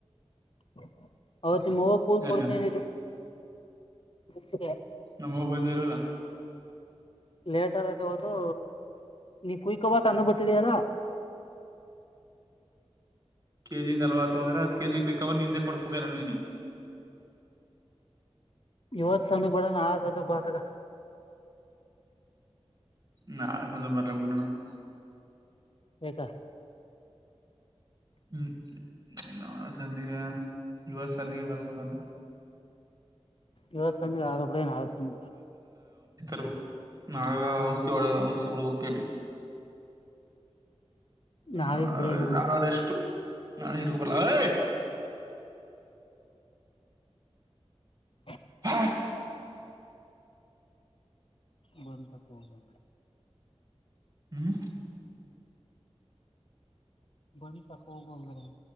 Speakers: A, on the left; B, on the right.
A: ಹೌದು <unintelligible> ನಿಮ ಹೋಗಕ್ ಹೂ
B: ಎನ್ನ
A: ಕೊಡ್ತೇ <unintelligible> ಹ <inaudible>
B: ನಮ್ಮವ ಬಂದಿರಲ್ಲ.
A: ಲೇಟ್ ಆದಗ ಅವತ್ತು ನೀ ಕುಯಕೋಬಕ್ ಅನ್ಬತ್ತಿದಲ್ಲ.
B: ಕೆಜಿ ನಲ್ವತ್ತು ಅಂದ್ರ ಹತ್ತು ಕೆ ಜಿ ಕವರ್ ನಿಂದೇ ಕೊಡ್ಸ್ಬೇಕಲ್ಲ ನೀನೇ.
A: ಇವತ್ ಸಂಜಿಗ ಬೇಡ ನಾ ಸಂಜಿಗ ಬಾಕಗ
B: ನಾ ಆ ಸದು ಬರ್ಲಬಡಣ <unintelligible>
A: ಯಾಕ್
B: ಹ್ಮ್ ನಾ ಸಜಿಗೆ ಯುವತ್ ಸಂಧಿಗೆ ಬರದು ಬಂದ
A: ಇವತ್ತು ಸಮ್ಮ ಆದ ಕೂಡನ್ ಆದ ಸಮ್ಮ
B: ರ್ಬೇಕು ನಾವೇ ಔಷದೀ ಔಷಿ <unintelligible> ಬಿಡ್ಬೇಕೇ
A: ನಾಳೆಗ್
B: ನಾಳೆ
A: ಬಿಡೋದು
B: ನಾಡದ ರೇಸ್ಟು ನಾಳಿ ಟು ಬರ್ಲಾ ಐ
A: ಹ <inaudible>
B: ಹಾ
A: ಬಂದ ತ ಕೋಬಂದ.
B: ಹ್ಮ್
A: ಬಣಿ ತಕ ಒಲ್ಗರ